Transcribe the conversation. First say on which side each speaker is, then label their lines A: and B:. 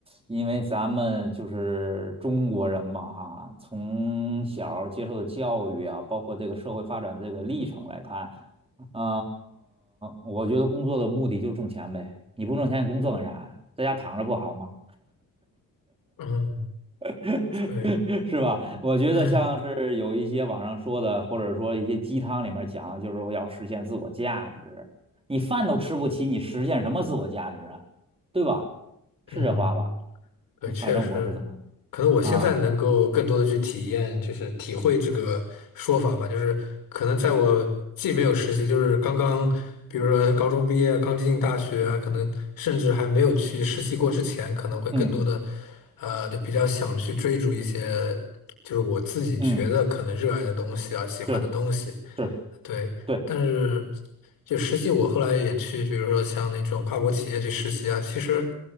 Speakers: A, on the right; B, on the left.
A: 因为咱们就是中国人嘛，哈，从小儿接受的教育啊，包括这个社会发展这个历程来看，嗯、我觉得工作的目的就是挣钱呗。你不挣钱，你工作干啥呀？在家躺着不好吗？
B: 嗯，
A: <laughs>
B: 对，
A: 是吧？我觉得像是有一些网上说的，
B: 嗯
A: 或者说一些鸡汤里面讲，就是我要实现自我价值。你饭都吃不起，你实现什么自我价值啊？对吧？是这话吧？
B: 嗯。对，确实，
A: 反正我是这么
B: 可能我现在能够更多的去体验，
A: 啊，
B: 就是体会这个说法吧。就是可能在我既没有实习，就是刚刚，比如说高中毕业，刚进大学啊，可能甚至还没有去实习过之前，可能会更多的，
A: 嗯
B: 呃，就比较想去追逐一些，就是我自己觉得可能热爱的东西啊，
A: 嗯，
B: 喜欢的东西。
A: 是是，
B: 对，
A: 对，
B: 但是就实际，我后来也去，比如说像那种跨国企业去实习啊，其实